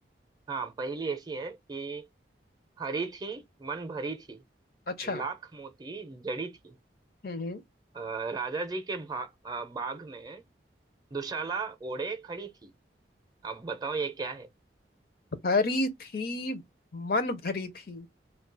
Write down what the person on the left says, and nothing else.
अच्छा
हम्म हम्म।
हरी थी मन भरी थी